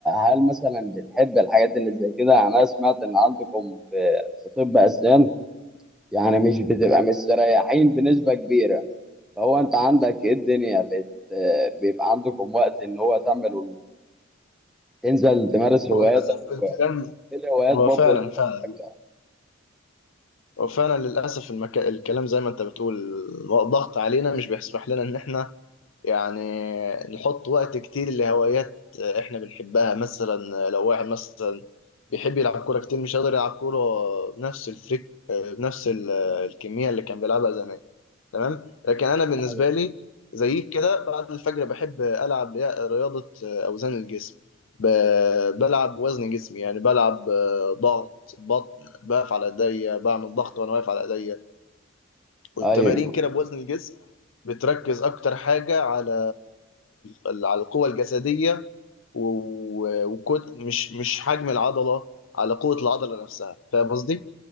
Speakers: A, in the centre; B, on the left (about 75°).
A: هل مثلا بتحب الحاجات اللي زي كده يعني انا سمعت ان عندكم في في طب اسنان يعني مش بتبقى مستريحين بنسبه كبيره فهو انت عندك ايه الدنيا بت آه، بيبقى عندكم وقت ان هو تعمل تنزل تمارس هواياتك
B: هو للاسف الكلام
A: ايه الهوايات
B: هو
A: برضه
B: فعلا
A: اللي
B: فعلا
A: انت
B: هو فعلا للاسف المكا... الكلام زي ما انت بتقول ضغط علينا مش بيسمح لنا ان احنا يعني نحط وقت كتير لهوايات احنا بنحبها مثلا لو واحد مثلا بيحب يلعب كورة كتير مش قادر يلعب كورة بنفس الفريك بنفس ال- الكمية اللي كان بيلعبها زمان تمام لكن انا بالنسبة
A: بتعملها
B: لي زيك كده بعد الفجر بحب العب رياضة اوزان الجسم ب- بلعب وزن جسمي يعني بلعب آه، ضغط بطن بقف على ايديا بعمل ضغط وانا واقف على ايديا وتمارين
A: ايوه
B: كده بوزن الجسم بتركز اكتر حاجه على ال- على القوه الجسديه و- وكت مش مش حجم العضله على قوه العضله نفسها فاهم قصدي